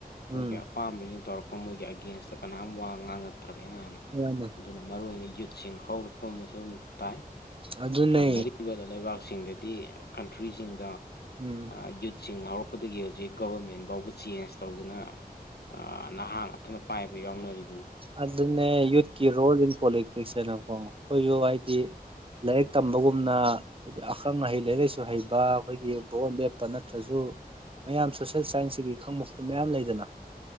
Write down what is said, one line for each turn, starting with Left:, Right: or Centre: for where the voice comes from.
Right: ꯎꯝ
Left: ꯃꯣꯏꯒꯤ ꯑꯄꯥꯝꯕꯁꯤꯡ ꯇꯧꯔꯛꯄ ꯃꯣꯏꯒꯤ ꯑꯒꯦꯟꯁꯇ ꯀꯅꯥꯝ ꯋꯥ ꯉꯥꯡꯉꯛ ꯇ꯭ꯔꯝꯅꯤꯅꯅ
Right: ꯍꯣꯏꯅꯦ
Left: ꯑꯗꯨꯅ ꯃꯔꯨꯑꯣꯏꯅ ꯌꯨꯠꯁꯤꯡ ꯍꯧꯔꯛꯄ ꯑꯃꯁꯨꯡ ꯇꯥꯏ
Right: ꯑꯗꯨꯅꯦ
Left: ꯊꯪꯅꯔꯤꯕ ꯂꯩꯕꯥꯛꯁꯤꯡꯗꯗꯤ ꯀꯟꯇ꯭ꯔꯤꯖꯤꯡꯗ ꯑ
Right: ꯎꯝ
Left: ꯑ ꯌꯨꯠꯁꯤꯡ ꯍꯧꯔꯛꯄꯗꯒꯤ ꯍꯧꯖꯤꯛ ꯒꯣꯕꯔꯃꯦꯟꯕꯧꯕ ꯆꯦꯟꯖ ꯇꯧꯗꯅ ꯑꯥ ꯅꯍꯥ ꯉꯥꯛꯇꯅ ꯄꯥꯏꯕ ꯌꯥꯎꯅꯔꯤ
Right: ꯑꯗꯨꯅꯦ ꯌꯨꯠꯀꯤ ꯔꯣꯜ ꯏꯟ ꯄꯣꯂꯤꯇꯤꯛꯁ ꯍꯥꯏꯅꯀꯣ ꯑꯩꯈꯣꯏꯖꯨ ꯍꯥꯏꯗꯤ ꯂꯥꯏꯔꯤꯛ ꯇꯝꯕꯒꯨꯝꯅ ꯍꯥꯏꯗꯤ ꯑꯈꯪ ꯑꯍꯩ ꯂꯥꯏꯔꯤꯛ ꯂꯥꯏꯁꯨ ꯍꯩꯕ ꯑꯩꯈꯣꯏꯒꯤ ꯚꯣꯠ ꯂꯦꯞꯄ ꯅꯠꯇ꯭ꯔꯖꯨ ꯃꯌꯥꯝ ꯁꯣꯁꯦꯜ ꯁꯥꯏꯟꯁꯀꯩꯀꯩ ꯈꯪꯕ ꯈꯣꯠꯄ ꯃꯌꯥꯝ ꯂꯩꯗꯅ